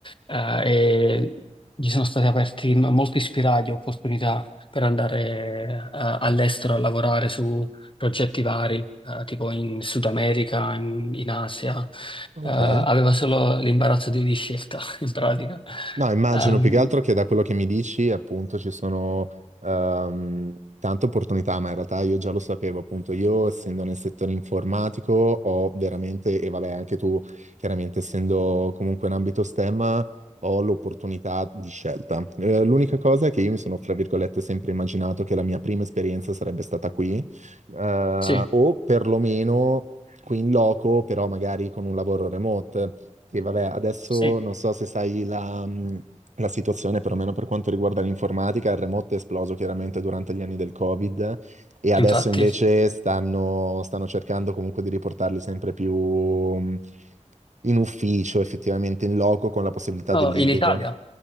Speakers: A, on the left; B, on the right.
A: eh, e gli sono stati aperti m- molti spiragli, opportunità per andare eh, all'estero a lavorare su progetti vari, eh, tipo in Sud America, in, in Asia.
B: ok.
A: Eh, aveva solo l'imbarazzo di, di scelta, <laughs> in pratica.
B: No, immagino
A: Ehm,
B: più che altro che da quello che mi dici, appunto, ci sono ehm, tante opportunità, ma in realtà io già lo sapevo, appunto, io essendo nel settore informatico ho veramente, e vabbè, anche tu, chiaramente essendo comunque in ambito STEM, ho l'opportunità di scelta. Eh, l'unica cosa è che io mi sono, fra virgolette, sempre immaginato che la mia prima esperienza sarebbe stata qui, eh,
A: sì,
B: o perlomeno qui in loco, però magari con un lavoro remote. Che vabbè, adesso
A: sì,
B: non so se sai la, mh, la situazione, perlomeno per quanto riguarda l'informatica, il remoto è esploso chiaramente durante gli anni del Covid e adesso
A: infatti.
B: invece stanno, stanno cercando comunque di riportarli sempre più mh, in ufficio, effettivamente in loco, con la possibilità
A: Oh,
B: dell'ibrido.
A: in Italia?